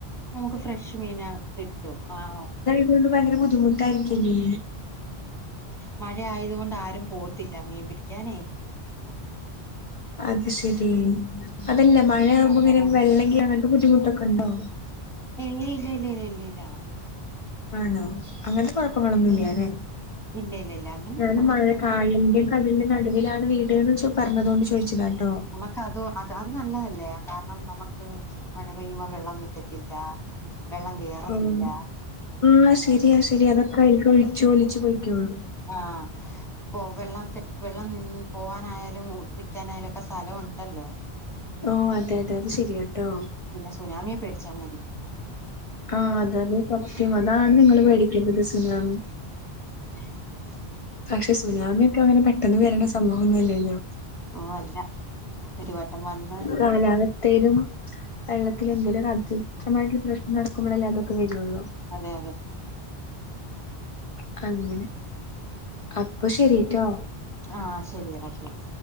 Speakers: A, in the centre; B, on the left (about 35°).
A: നമുക്ക് ഫ്രഷ് മീന കിട്ടും ആഹ്
B: ഇത് കൊണ്ട് ഭയങ്കര ബുദ്ധിമുട്ടായിരിക്കില്ലേ
A: മഴ ആയത് കൊണ്ട് ആരും പോവത്തില്ല മീൻ പിടിക്കാനേ
B: അത് ശരി അതല്ല മഴയാവുമ്പോ
A: അന്നേരം
B: ഇങ്ങനെ വെള്ളക്കേറണങ്ങനത്തെ ബുദ്ധിമുട്ടൊക്കൊണ്ടോ?
A: ഏയ് ഇല്ല ഇല്ല ഇല്ല ഇല്ല ഇല്ലാ
B: ആണോ അങ്ങനത്തെ കൊഴപ്പങ്ങളൊന്നുല്ല്യാല്ലേ
A: ഇല്ല ഇല്ല ഇല്ല അങ്ങനത്തെ
B: ഞാൻ
A: കുഴപ്പൊന്നുമില്ല
B: മഴ കായലിന്റെ നടുന്റെ നടുവിലാണ് വീട്ന്ന് ച്ചോ പറഞ്ഞതോണ്ട് ചോയിച്ചതാട്ടോ.
A: ക്കതു അത് അത് നല്ലതല്ലേ കാരണം നമക്ക് മഴ പെയ്യുമ്പോ വെള്ളം നിക്കത്തില്ല. വെള്ളം കേറത്തില്ല
B: ആഹ് ആഹ് ശരിയാ ശരിയാ അതൊക്കെ അയിലിക്ക് ഒഴിച്ചു ഒലിച്ച് പൊയ്ക്കോളും.
A: ആഹ് പ്പോവെല്ലാം കെ വെള്ളം നി പോവാനായാലും നിക്കാനായാലൊക്കെ സ്ഥല ഒണ്ടല്ലോ.
B: ഓഹ് അതെ അതെ അത് ശരിയാട്ടോ.
A: പിന്നെ സുനാമിയെ പേടിച്ചാ മതി.
B: ആഹ് അതാണ് സത്യം അതാണ് നിങ്ങള് പേടിക്കേണ്ടത് സുനാമി.
A: <unintelligible>
B: പക്ഷെ സുനാമിയൊക്കെ അങ്ങനെ പെട്ടെന്ന് വരണ സ സംഭവൊന്നുല്ലല്ലോ
A: ഓ അല്ല ഒരു വട്ടം വന്ന്
B: കാലാവ സ്ഥയിലും വെള്ളത്തിലും എന്തേലുവൊക്കെ അതിക്ഷമായിട്ടുള്ള പ്രശ്നം നടക്കുമ്പളല്ലേ അതൊക്കെ വരൊള്ളൂ.
A: അതെയതെ
B: ക്കങ്ങനെ അപ്പൊ ശരിട്ടോ
A: ആഹ് ശരിയടാ ശരി.